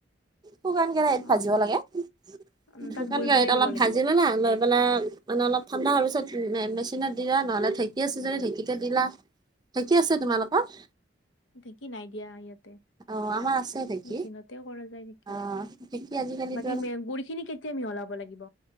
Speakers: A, on the right (about 20°); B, on the left (about 70°).
A: শুকান কেৰাহীত
B: অ
A: ভাজিব লাগে। শুকান
B: উম, তাত গুৰ
A: কেৰাহীত
B: পেলাই দিব
A: অলপ
B: লাগিব
A: ভাজি ল'লা লৈ পেলাই মানে অলপ ঠাণ্ডা হোৱা পিছত মেচিনত দিলা নহ'লে ঢেঁকী আছে যদি ঢেঁকীতে দিলা। ঢেঁকী আছে তোমালোকৰ?
B: ঢ়েঁকী নাই দিয়া ইয়াতে।
A: অ' আমাৰ আছে ঢেঁকী।
B: মেচিনতেও কৰা যায় নেকি
A: অ' ঢেঁকী আজিকালিতো
B: বাকী
A: আৰু
B: মেম গুৰি খিনি কেতিয়া মিহলাম? যাব লাগিব।